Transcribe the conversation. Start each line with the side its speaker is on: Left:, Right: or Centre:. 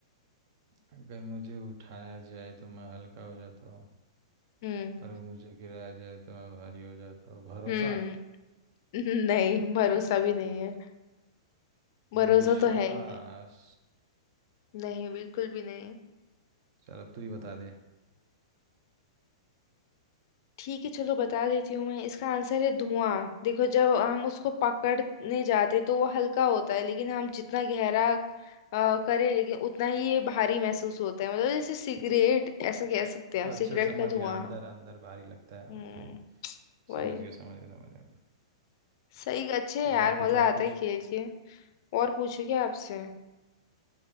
Right: अगर मुझे उठाया जाए तो मैं हल्का हो जाता हूँ
Left: हम्म
Right: पर अगर मुझे गिराया जाए तो मैं भारी हो जाता हूँ भरोसा
Left: हम्म <laughs> नहीं भरोसा भी नहीं है भरोसा
Right: विश्वास
Left: तो है ही नहीं नहीं बिल्कुल भी नहीं
Right: चल अब तू ही बता दे
Left: ठीक है चलो बता देती हूँ मैं इसका आंसर है धुआं देखो जब हम उसको पकड़ने जाते तो वो हल्का होता है लेकिन हम जितना गहरा अ, करें लेकिन उतना ही ये भारी महसूस होता है मतलब जैसे सिगरेट ऐसा कह सकते हैं हम
Right: अच्छा
Left: सिगरेट
Right: समझ
Left: का धुआं
Right: गया अंदर अंदर भारी लगता है
Left: हम्म
Right: ओके
Left: वही
Right: समझ गया समझ गया समझ गया
Left: सही अच्छे
Right: ठीक
Left: हैं यार
Right: है और पूछ
Left: मजा
Right: और
Left: आता
Right: पूछ
Left: है खेल के और पूछो क्या आपसे